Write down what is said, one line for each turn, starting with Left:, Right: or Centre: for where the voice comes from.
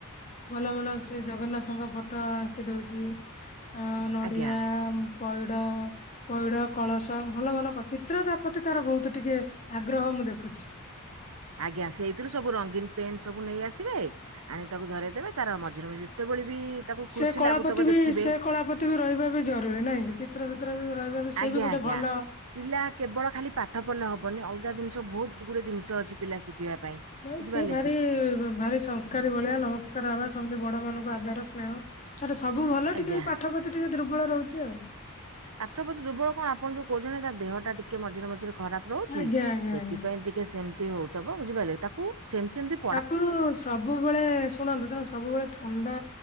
Left: ଭଲ ଭଲ ସେ ଜଗନ୍ନାଥଙ୍କ ଫଟ ଆଙ୍କି ଦଉଛି। ଅ ନଡିଆ
Right: ଆଜ୍ଞା
Left: ପଇଡ ପଇଡ କଳସ ଭଲ ଭଲ କ ଚିତ୍ର ତା ପ୍ରତି ତାର ବହୁତ ଟିକେ ଆଗ୍ରହ ମୁଁ ଦେଖୁଛି।
Right: ଆଜ୍ଞା ସେଇଥିରୁ ସବୁ ରଙ୍ଗୀନ ପେନ୍ ସବୁ ନେଇ ଆସିବେ। ଆଣିକ ତାକୁ ଧରଇଦେବେ ତାର ମଝିରେ ମଝିରେ ଯେତେବେଳେ ବି ତାକୁ
Left: ସେ
Right: ଖୁସି
Left: କଳାପତି
Right: ଲାଗୁଥିବ
Left: ବି
Right: ଦେଖିବେ
Left: ସେ କଳାପ ହେଟି ବି ରହିବା ବି ଜରୁରୀ ନାଇଁ କି ଚିତ୍ର ଫିତ୍ର ବି ରହିବା ବି ସେ
Right: ଆଜ୍ଞା
Left: ବି ଗୋଟେ
Right: ଆଜ୍ଞା
Left: ଭଲ।
Right: ପିଲା କେବଳ ଖାଲି ପାଠ ପଢିଲେ ହବନି ଅଲଗା ଜିନିଷ ବହୁତ ଗୁଡଏ ଜିନିଷ ଅଛି ପିଲା ଶିଖିବା ପାଇଁ
Left: ଭାଇ
Right: ବୁଝିପାରିଲେ
Left: ଚି ଭାରି
Right: କି
Left: ଭାରି ସଂସ୍କାରୀ ଭଳିଆ ନମସ୍କାର ହବା ସେମିତି ବଡ ମାନଙ୍କୁ ଆଦାର ସ୍ନେହ ତାର ସବୁ ଭଲ
Right: ଆଜ୍ଞା
Left: ଟିକେ ଏଇ ପାଠ ପ୍ରତି ଟିକେ ଦୁର୍ବଳ ରହୁଛି ଆଉ।
Right: ପାଠ ପତି ଦୁରବଳ କଣ ଆପଣ ଯଉ କଛନ୍ତି ତା ଦେହ ଟିକେ ମଝିରେଝିରେ ଖରା ରହୁଛି
Left: ଆଜ୍ଞା ଆଜ୍ଞା
Right: ସେଥିପାଇଁ
Left: ଆଜ୍ଞା।
Right: ଟିକେ ସେମିତି ହଉଥିବ ବୁଝିପାଇଲେ ତାକୁ ସେମଚି ଏମତି
Left: ତାକୁ ସବୁବେଳେ ଶୁଣନ୍ତୁ ତାକୁ ସବୁବେଳେ ଥଣ୍ଡା